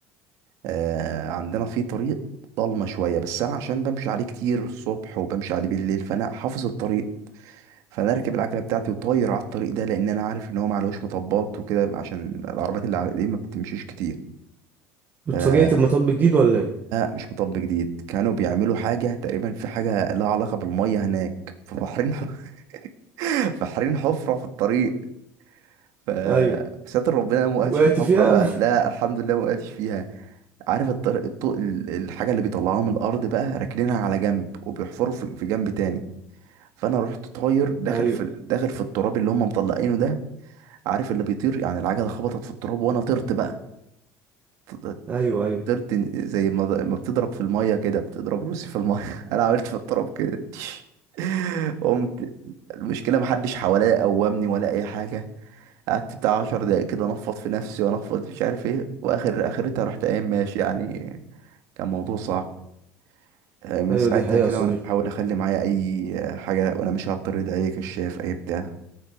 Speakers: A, on the right; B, on the right.
A: آه، عندنا في طريق ضلمه شويه بس انا عشان بمشي عليه كتير الصبح وبمشي عليه بالليل فانا حافظ الطريق فانا راكب العجله بتاعتي وطاير على الطريق ده لان انا عارف ان هو معلوش مطبات وكده عشان العربيات اللي عليه ما بتمشيش كتير
B: واتفاجئت
A: فده
B: لما طب جديد ولا ايه
A: مش مطب جديد كانوا بيعملوا حاجه تقريبا في حاجه لها علاقه بالميه هناك فبحرين <laughs> فحرين حفره في الطريق ف-
B: ايوه
A: ستر ربنا أنا ما وقعتش
B: وقعت
A: في الحفره
B: فيها
A: بقى لا الحمد لله ما وقعتش فيها عارف الطرق الطوق ال- الحاجة اللي بيطلعوها من الأرض بقى راكنينها على جنب وبيحفروا في في جنب تاني فأنا رحت طاير داخل
B: <laughs> ايوه
A: في داخل في التراب اللي هم مطلعينه ده عارف اللي بيطير يعني العجلة خبطت في التراب وأنا طرت بقى ط-
B: ايوه ايوه
A: طرت زي ما ما بتضرب في المية كده بتضرب روسي في المية <laughs> أنا عملت في التراب كده <laughs> تش. قمت المشكلة محدش حواليا قومني ولا أي حاجة قعدت بتاع عشر دقايق كده انفض في نفسي وانفض مش عارف ايه واخر اخرتها رحت قايم ماشي يعني كان موضوع صعب آه، من
B: ايوه
A: ساعتها
B: دي حقيقة
A: كده
B: يا صديقي
A: وانا بحاول اخلي معايا اي آه، حاجه وانا ماشي على الطريق ده اي كشاف اي بتاع